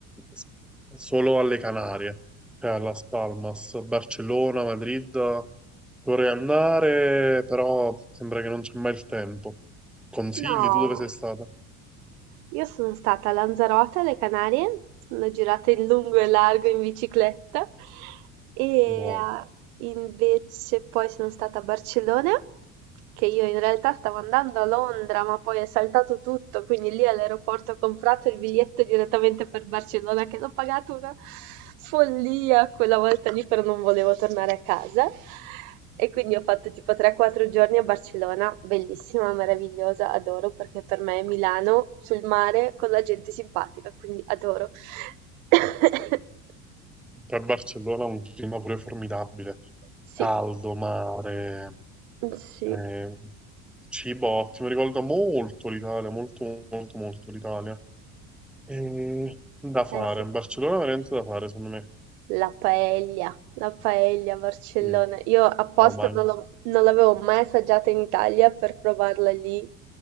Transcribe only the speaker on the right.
No,
io sono stata a Lanzarote, alle Canarie, l'ho girata in lungo e largo in bicicletta e
eh, invece poi sono stata a Barcellona, che io in realtà stavo andando a Londra, ma poi è saltato tutto, quindi lì all'aeroporto ho comprato il biglietto direttamente per Barcellona, che l'ho pagato una follia quella volta lì, però non volevo tornare a casa. E quindi ho fatto tipo 3-4 giorni a Barcellona, bellissima, meravigliosa, adoro perché per me è Milano sul mare con la gente simpatica, quindi adoro. <coughs>
Sì,
sì,
eh sì.
La paella, la paella a Barcellona.
Io apposta
non
l'ho- non l'avevo mai assaggiata in Italia per provarla lì,